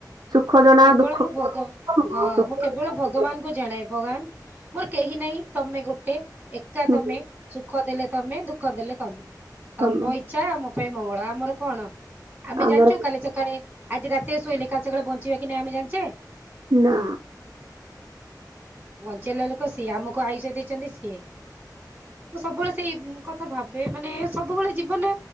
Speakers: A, on the right (about 60°); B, on the right (about 20°).
A: ସୁଖ ଜଣା
B: କେବଳ
A: ଦୁଃଖ
B: ମୁଁ ଭଗାନ
A: ଜଣାଅ,
B: ହଁ
A: ସୁଖ
B: ମୁଁ କେବଳ
A: ଦୁଃଖ
B: ଭଗବାନଙ୍କୁ
A: ଜଣାଅ।
B: ଜଣାଏ ଭଗବାନ ମୋର କେହି ନାହିଁ ତମେ ଗୋଟେ। ଏକା
A: ହୁଁ
B: ତମେ ସୁଖ ଦେଲେ ତମେ ଦୁଃଖ ଦେଲେ ତମେ।
A: ତମେ
B: ତମ ଇଚ୍ଛା ଆମ ପାଇଁ ମଙ୍ଗଳା ଆମର କଣ? ଆମେ
A: ଆମର
B: ଜାଣିଛୁ କାଲି ସକାଳେ ଆଜି ରାତିରେ ସୋଇଲେ କାଲି ସକାଳେ ବଞ୍ଚି ଯିବା କି ନାହି ଆମେ ଜାଣିଛେ।
A: ନା।
B: ବଞ୍ଚେଇଲା ଲୋକ ସିଏ ଆମକୁ ଆୟୁଷ ଦେଇଛନ୍ତି ସିଏ ମୁ ସବୁବେଳେ ସେଇ କଥା ଭାବେ ମାନେ ସବୁବେଳେ ଜୀବନରେ